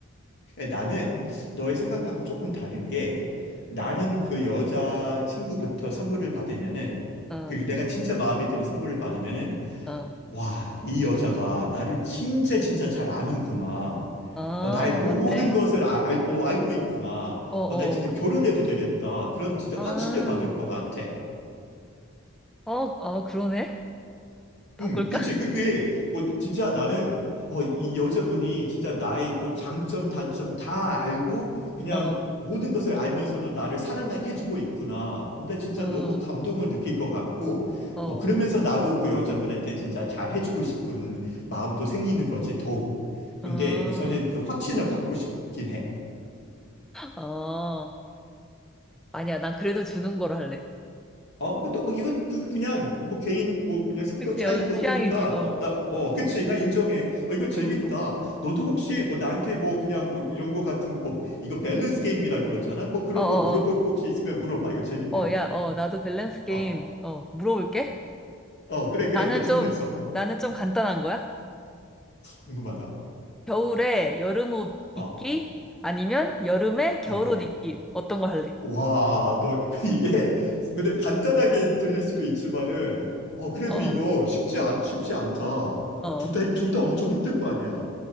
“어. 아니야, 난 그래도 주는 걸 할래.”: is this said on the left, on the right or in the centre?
Centre